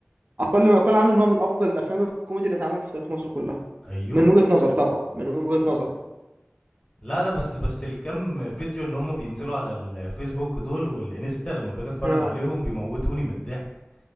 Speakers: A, on the right; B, on the left.
A: اقل ما يقال عنه ان هو من افضل الافلام الكوميدي اللي اتعملت في تاريخ مصر كلها
B: ايوه
A: من وجهة نظري طبعا من وجهة نظري
B: لا لا بس بس الكم فيديو اللي هم بينزلوا على الفيسبوك دول والانستا لما باجي اتفرج
A: اه
B: عليهم بيموتوني من الضحك